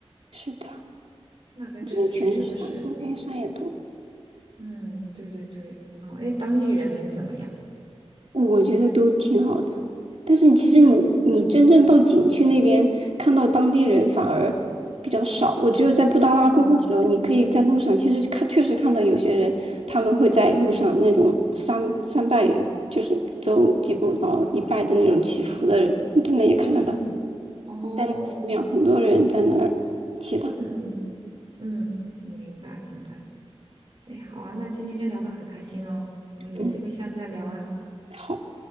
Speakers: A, on the right (about 70°); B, on the right (about 50°).
A: 是的，
B: 那跟城市真的是，
A: 眼全是山，路边山也多。
B: 嗯，对对对，很好。诶，当地人民怎么样？
A: 我觉得都挺好的，但是其实你你真正到景区那边看到当地人反而比较少。
B: 挺好。嗯，
A: 我只有在布达拉宫的时候，
B: 哦。
A: 你可以在路上，其实看确实看到有些人他们会在路上那种三三拜，就是走几步然后一拜的那种祈福的人，你真的也看得到，
B: 嗯，哦，
A: 在那寺庙很多人在那儿祈祷。
B: 嗯嗯嗯，明白明白。哎，好啊，那今天聊得很开心哦，我们有机会下次再聊啊。
A: 嗯，好，